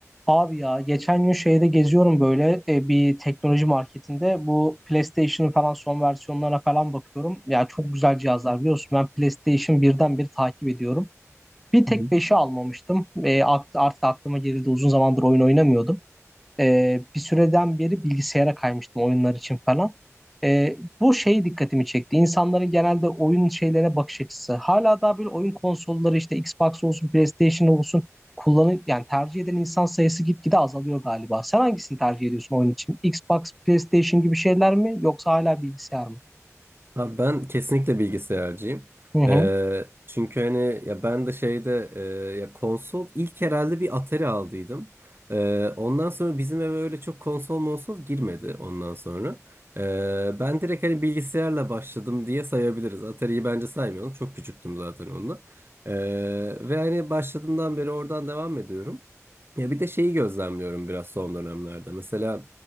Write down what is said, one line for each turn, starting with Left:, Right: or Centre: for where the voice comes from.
Centre: Abi ya geçen gün şeyde geziyorum böyle e, bir teknoloji marketinde bu PlayStation'ın falan son versiyonlarına falan bakıyorum. Ya çok güzel cihazlar biliyorsun ben PlayStation birden bir takip ediyorum. Bir tek
Right: Hı hı.
Centre: beşi almamıştım. E, akt- artık aklıma geldi uzun zamandır oyun oynamıyordum. Ee, bir süreden beri bilgisayara kaymıştım oyunlar için falan. Ee, bu şey dikkatimi çekti. İnsanların genelde oyun şeylere bakış açısı. Hala daha böyle oyun konsolları işte Xbox olsun, PlayStation olsun kullanıp yani tercih eden insan sayısı gitgide azalıyor galiba. Sen hangisini tercih ediyorsun oyun için? Xbox, PlayStation gibi şeyler mi yoksa hala bilgisayar mı?
Right: Ha, ben kesinlikle bilgisayarcıyım.
Centre: Hı hı.
Right: Ee, çünkü hani ya ben de şeyde e, ya konsol ilk herhalde bir Atari aldıydım. Ee, ondan sonra bizim eve öyle çok konsol monsol girmedi ondan sonra. Ee, ben direkt hani bilgisayarla başladım diye sayabiliriz. Atari'yi bence saymayalım. Çok küçüktüm zaten onunla. Ee, ve hani başladığımdan beri oradan devam ediyorum. Ya bir de şeyi gözlemliyorum biraz son dönemlerde. Mesela